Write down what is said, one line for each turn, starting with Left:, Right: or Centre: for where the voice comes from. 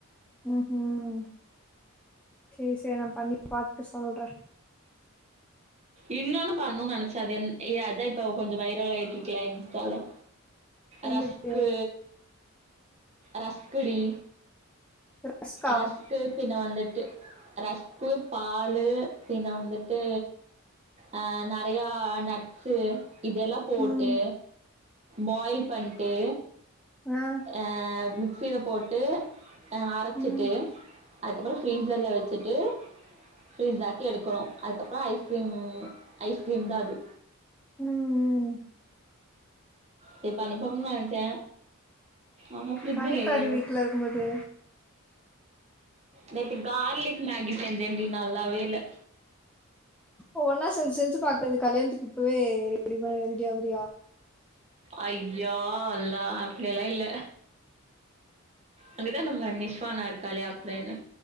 Centre: ம்ஹீம் சேரி சேரி நா பண்ணி பாத்துட்டு சொல்றே
Right: இன்னொன்னு பண்ணுனு நெனச்சே அது என் அதா இப்ப கொஞ்சோ வைரலாயிட்டுருக்குல இன்ஸ்டால
Centre: என்னது
Right: ரஸ்க்கு ரஸ்க்குடி
Centre: ரஸ்கா
Right: ரஸ்க்கு பின்ன வந்துட்டு ரஸ்கு பால் பின்ன வந்துட்டு ஆ நெறையா நட்ஸ் இதெல்லா போட்டு
Centre: ம்
Right: பாயில் பண்ட்டு
Centre: ஆ
Right: அ ஆ மிக்சில போட்டு அரச்சிட்டு
Centre: ம்
Right: அதுக்கப்றோ ஃபீரிஸர்ல வச்சுட்டு ஃபீரிஸாக்கி எடுக்கணு அதுக்கப்றோ ஐஸ் கீரிம் ஐஸ் கிரீம் தாது
Centre: உம்
Right: இது பண்ணி பாக்கணுனு ஆச ஆமா ஃப்ரி்ஜ்ஜு
Centre: பண்ணிப்பாரு
Right: இல்லையே து
Centre: வீட்ல இருக்கும்போது
Right: நேத்து கார்லிக் மேகி செஞ்சேன்டி நல்லாவே இல்ல
Centre: ஒவ்வொண்ணா செஞ்சு செஞ்சு பாக்குறது கல்யாணத்துக்கு இப்பவே ரெடிவு ரெடி ஆகுறியா
Right: ஐயோ அல்லா அப்டியெல்லா இல்ல அங்கதா நம்ம நிஷ்வானா இருக்காளே அப்றோ என்ன